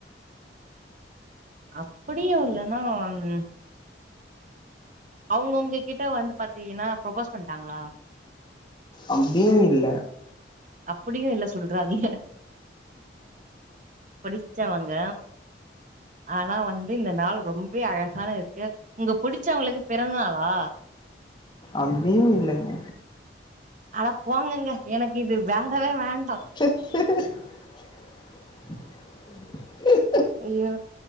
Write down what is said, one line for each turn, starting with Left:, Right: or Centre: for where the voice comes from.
Right: அப்டியு இல்லனா ம் அவங்க உங்க கிட்ட வந்து பாத்தீங்கன்னா ப்ரொபோஸ் பண்ட்டாங்களா
Left: அப்டியு இல்ல
Right: அப்டியு இல்ல சொல்றாதிக புடிச்சவங்க ஆனா வந்து இந்த நாள் ரொம்பவே அழகான இருக்கு உங்க புடிச் ச்சவங்களுக்கு பிறந்தநாளா
Left: அப்டியு இல்லங்க
Right: அட போங்கங்க எனக்கு இது வேண்டவே வேண்டா
Left: <inaudible>
Right: ஐயோ